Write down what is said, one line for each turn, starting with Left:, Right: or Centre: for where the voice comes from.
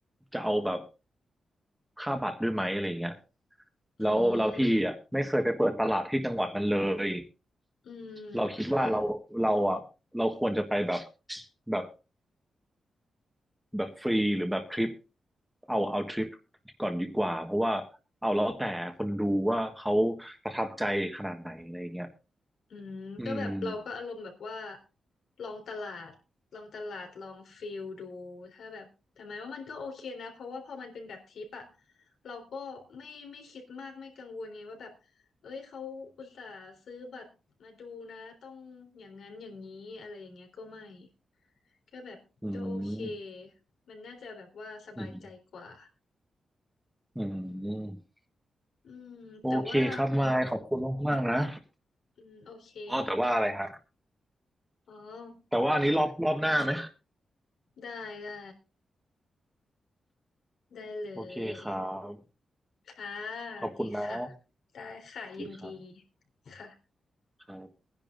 Centre: จะเอาแบบ ค่าบัตรด้วยไหมอะไรเงี้ย
Left: อืม
Centre: แล้วเราพี่อ่ะไม่เคยไปเปิดตลาดที่จังหวัดนั้นเลย
Left: อืม
Centre: เราคิดว่าเราเราอ่ะเราควรจะไปแบบ
Left: ค่ะ
Centre: แบบแบบฟรีหรือแบบทริปเอาเอาทริปก่อนดีกว่าเพราะว่าเอาแล้วแต่คนดูว่าเขาประทับใจขนาดไหนอะไรเงี้ย
Left: อืมก็แบบเราก็อารมณ์แบบว่า
Centre: อืม
Left: ลองตลาดลองตลาดลองฟิลดูถ้าแบบแต่หมายว่ามันก็โอเคนะเพราะว่าพอมันเป็นแบบทิปอะเราก็ไม่ไม่คิดมากไม่กังวลไงว่าแบบเอ้ยเขาอุตส่าห์ซื้อบัตรมาดูนะต้องอย่างนั้นอย่างนี้อะไรอย่างเงี้ยก็ไม่ก็แบบก็โอเค
Centre: อืม
Left: มันน่าจะแบบว่าสบายใจกว่า
Centre: อืมอืม
Left: อืมแต่ว่า
Centre: โอเคครับมายขอบคุณมากๆนะ
Left: อืมโอเค
Centre: อ๋อแต่ว่าอะไรฮะ
Left: อ๋อ
Centre: แต่ว่าอันนี้รอบรอบหน้าไหม
Left: เออได้ได้ได้เลย
Centre: โอเคครับ
Left: ค่ะ
Centre: ขอบคุณนะ
Left: ดีค่ะได้ค่ะยินดี
Centre: ดีครับ
Left: ค่ะ
Centre: ครับ